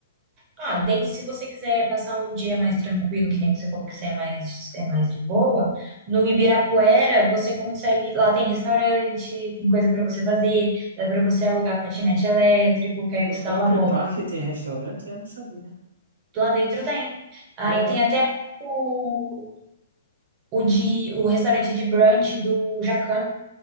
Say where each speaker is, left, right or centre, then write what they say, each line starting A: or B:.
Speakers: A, on the right; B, on the right.
A: ah, daí se você quiser passar um dia mais tranquilo, que nem você falou que você é mais, é mais de boa, no Ibirapuera você consegue, lá tem restaurante, tem coisa pra você fazer, dá pra você alugar patinete elétrico, que aí
B: No
A: você
B: próprio
A: dá uma volta.
B: parque tem restaurante? Eu não sabia.
A: Lá dentro tem. Aí
B: Legal.
A: tem até o o de o restaurante de brunch do Jacan.